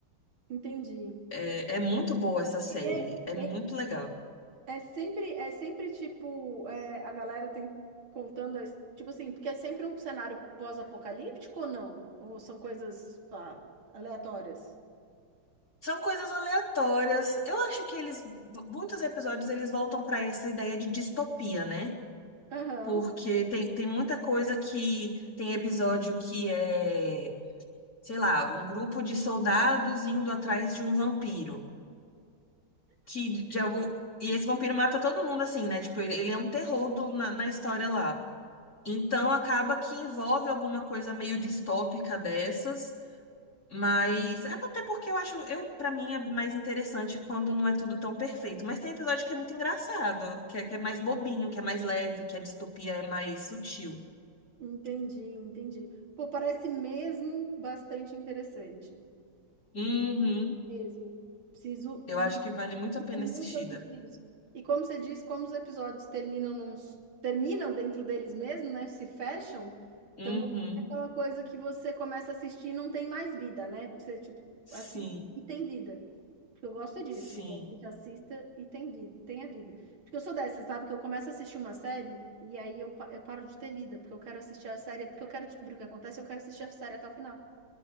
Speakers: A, on the right; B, on the left.
A: Entendi.
B: É, é muito boa essa série,
A: É,
B: é muito
A: é,
B: legal.
A: É sempre, é sempre tipo, é, a galera tem contando, as- tipo assim, porque é sempre um cenário pós-apocalíptico ou não? Ou são coisas, pá, aleatórias?
B: São coisas aleatórias. Eu acho que eles, muitos episódios eles voltam para essa ideia de distopia, né?
A: Aham,
B: Porque tem, tem muita coisa que tem episódio que é, sei lá, um grupo de soldados indo atrás de um vampiro, que de algum e esse vampiro mata todo mundo assim, né? Tipo, ele, ele é um terror do- na, na história lá. Então acaba que envolve alguma coisa meio distópica dessas. Mas é até porque eu acho, eu para mim é mais interessante quando não é tudo tão perfeito. Mas tem episódio que é muito engraçado, que é, que é mais bobinho, que é mais leve, que a distopia é mais sutil.
A: entendi, entendi. Pô, parece mesmo bastante interessante.
B: Uhum.
A: Mesmo. Preciso.
B: Eu acho que vale muito
A: É
B: a pena
A: muito
B: assistida.
A: assistir E como você disse, como os episódios terminam num, terminam dentro deles mesmo, né? Se fecham,
B: Uhum.
A: também é aquela coisa que você começa a assistir e não tem mais vida, né? Porque Você, tipo,
B: Sim,
A: assiste e tem vida. Porque eu gosto é disso,
B: sim.
A: que a gente assista e tem vida, tenha vida. Porque eu sou dessa, sabe? Que eu começo a assistir uma série e aí eu, pa- eu paro de ter vida, porque eu quero assistir a série, porque eu quero descobrir o que acontece, eu quero assistir a série até o final.